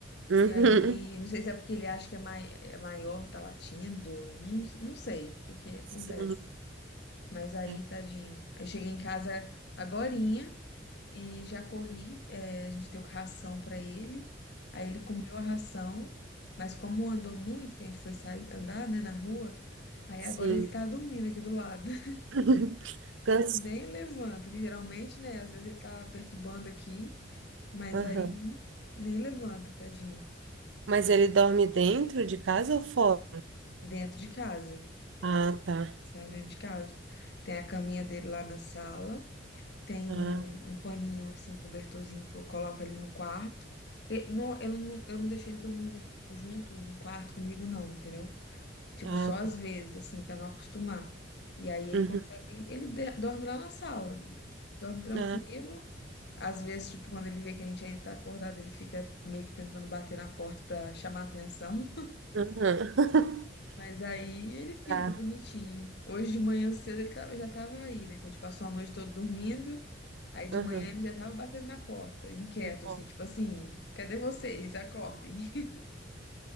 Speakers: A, on the right; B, on the left.
A: Uhum.
B: E aí, não sei se é porque ele acha que é, mai é maior, tá latindo, não, não sei o que que acontece.
A: Sim,
B: Mas aí,
A: é.
B: tadinho. Aí cheguei em casa agorinha e já corri, é, a gente deu ração pra ele. Aí ele comeu a ração, mas como andou muito, que a gente foi sair, andar, né, na rua, Aí
A: Sim.
B: agora ele tá dormindo aqui do lado. <laughs>
A: <laughs> Canso.
B: Nem levanta, que geralmente, né? Às vezes ele tá perturbando aqui, mas
A: Aham.
B: aí nem levanta, tadinho.
A: Mas ele dorme dentro de casa ou fora?
B: Dentro de casa,
A: Ah, tá.
B: tá dentro de casa. Tem a caminha dele lá na sala, tem um,
A: Ah,
B: um paninho, assim, cobertorzinho que eu coloco ali no quarto. E não- eu, não, eu não deixo ele dormir junto no quarto comigo, não, entendeu? Tipo,
A: ah,
B: só às
A: tá.
B: vezes, assim, pra não acostumar. E aí ele
A: Uhum.
B: consegue, ele de- dorme lá na sala, dorme tranquilo
A: Ah,
B: Às vezes, tipo, quando ele vê que a gente ainda tá acordado, ele fica meio que tentando bater na porta pra chamar atenção.
A: aham. <laughs>
B: Mas aí ele fica
A: Tá.
B: bonitinho. Hoje de manhã cedo ele tava, já tava aí, né? Que a gente passou a noite toda dormindo. Aí de
A: Aham.
B: manhã ele já tava batendo na porta, inquieto,
A: Tá bom.
B: assim, tipo assim, cadê vocês? Acordem. <laughs>